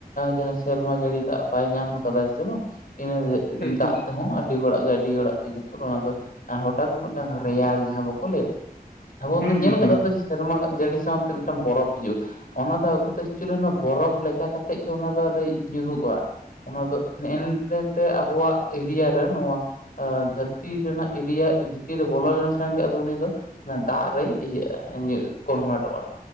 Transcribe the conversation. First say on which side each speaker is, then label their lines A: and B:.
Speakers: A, on the left (about 65°); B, on the left (about 85°).
A: ᱡᱟᱦᱟᱸ ᱥᱮᱨᱢᱟ ᱡᱟᱹᱲᱤ ᱫᱟᱜ ᱵᱟᱭ ᱧᱟᱢ ᱠᱟᱫᱟ ᱥᱮ ᱵᱟᱝ ᱤᱱᱟᱹ
B: ᱮᱠᱫᱚᱢ
A: ᱫᱟᱜ
B: ᱮᱠᱫᱚᱢ
A: ᱛᱮᱦᱚᱸ ᱦᱩᱭ ᱵᱟᱲᱟᱜ ᱜᱮᱭᱟ ᱟᱹᱰᱤ ᱦᱚᱲᱟᱜ ᱠᱷᱮᱛ ᱨᱮ ᱚᱱᱟ ᱫᱚ ᱦᱚᱴᱟᱛ ᱢᱤᱫᱴᱟᱝ ᱨᱮᱭᱟᱲ ᱡᱟᱦᱟᱸ ᱵᱟᱠᱚ ᱞᱟᱹᱭᱟ ᱟᱵᱚᱱ
B: ᱦᱩᱸ
A: ᱧᱮᱞ
B: ᱦᱩᱸ
A: ᱟᱠᱟᱫᱟ
B: ᱦᱩᱸ
A: ᱥᱮᱨᱢᱟ ᱡᱟᱹᱲᱤ ᱥᱟᱶ ᱛᱮ ᱢᱤᱫᱴᱟᱝ ᱵᱚᱨᱚᱯᱷ ᱦᱤᱡᱩᱜᱼᱟ ᱚᱱᱟ ᱫᱚ ᱮᱠᱪᱩᱭᱟᱹᱞᱤ ᱚᱱᱟ ᱵᱚᱨᱚᱯᱷ ᱞᱮᱠᱟ ᱠᱟᱛᱮᱫ ᱜᱮ ᱚᱱᱟ ᱫᱚ ᱧᱩᱨᱩᱜᱼᱟ ᱚᱱᱟ ᱫᱚ ᱱᱮᱜ ᱮᱱ ᱛᱮ ᱟᱵᱚᱣᱟᱜ ᱮᱨᱤᱭᱟ ᱨᱮ ᱱᱚᱣᱟᱼᱼ ᱫᱷᱟᱹᱨᱛᱤ ᱨᱮᱱᱟᱜ ᱮᱨᱤᱭᱟ ᱵᱷᱤᱛᱤᱨ ᱨᱮ ᱵᱚᱞᱚ ᱞᱮᱱ ᱠᱷᱟᱱ ᱜᱮ ᱟᱫᱚ ᱩᱱᱤ ᱫᱚᱼᱼ ᱫᱟᱜ ᱨᱮᱭ ᱤᱭᱟᱹᱜ-ᱟ ᱠᱚᱱᱵᱷᱟᱨᱴᱚᱜᱼᱟ